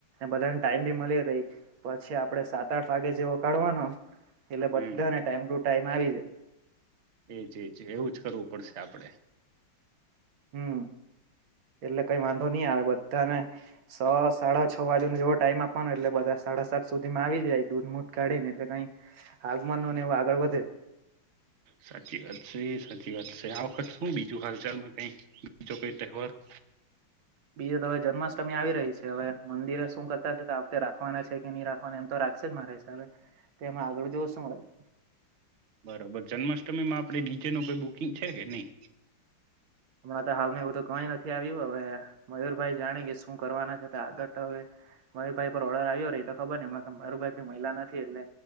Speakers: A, on the right; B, on the right.
A: બધાને ટાઈમ બી મળી રહી પછી આપડે સાત આઠ વાગે જેવો પકડવાનો એટલે
B: હમ
A: બધાને ટાઈમ ટુ ટાઈમ આવી જાય
B: એજ એજ એવું જ કરવું પડશે આપડે
A: હમ એટલે કઈ વાંધો નહી આવે બધ બધાને છ સાડા છ બાજુ નો જેવો ટાઈમ આપવાનો એટલે બધા સાડા સાત સુધીમાં આવી જાય દૂધ મુધ કાઢી ને એટલે કઈ આગમન નોને એવું આગળ વધે
B: સાચી વાત છે સાચી વાત છે આ વખત શું બીજું હાલચાલમાં કઈ બીજો કઈ તહેવાર <inaudible>
A: બીજી તો હવે જન્માષ્ટમી આવી રહી છે હવે મંદિરે શું કરતા છે તો આપણે રાખવાના છે કે નહી રાખ વાના એમ તો રાખશે જ મારા હિસાબે તેમાં આગળ જોશુ વરી
B: બરોબર જન્માષ્ટમીમાં આપે ડીજેનુ કોઈ બુકિંગ છે કે ની
A: હમણાં તો હાલમાં એવું તો કઈ નથી આવ્યું હવે મયુરભાઈ જાણે કે શું કરવાના છે તો આગળ હવે માયુર ભાઈ પર ઓર્ડર આવ્યો રેય તો ખબર ને માયુર ભાઈ મયલા નથી એટલે